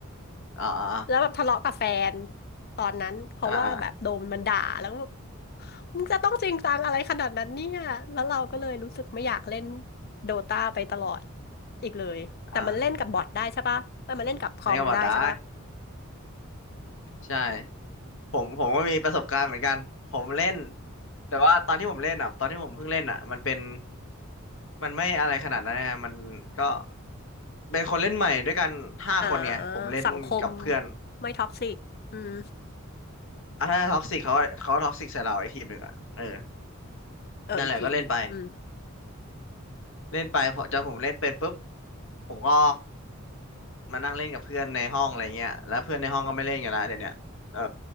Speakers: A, on the left; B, on the left.
A: อ่าอ่า
B: แล้วแบบทะเลาะกับแฟนตอนนั้นเพราะว่าแบบโดนมันด่าแล้วก็แบบ
A: อ่าอ่า
B: มึงจะต้องจริงจังอะไรขนาดนั้นเนี่ยแล้วเราก็เลยรู้สึกไม่อยากเล่นโดตาไปตลอดอีกเลยแต่มันเล่นกับบอทได้ใช่ปะเอ้ยมันเล่นกับคอมได้ใช่ปะ
A: อ่า <laughs> เล่นกับบอทได้ใช่ผมผมก็มีประสบการณ์เหมือนกันผมเล่นแต่ว่าตอนที่ผมเล่นอ่ะตอนที่ผมเพิ่งเล่นอ่ะมันเป็นมันไม่อะไรขนาดนั้นนะมันก็เป็นคนเล่นใหม่ด้วยกันห้าคนไงผมเล่นกับเพื่อน
B: อ่าสังคมไม่ท็อกซิกอืม
A: อ่ะถ้าท็อกซิกเขาเขาท็อกซิกใส่เราไอ้ทีมหนึ่งอ่ะเออ
B: เอออีกทีมหนึ่งอืม
A: นั่นแหละก็เล่นไป เล่นไปพอจนผมเล่นเป็นปุ๊บผมก็มานั่งเล่นกับเพื่อนในห้องอะไรเงี้ยแล้วเพื่อนในห้องก็ไม่เล่นกันละเดี๋ยวเนี้ยเออ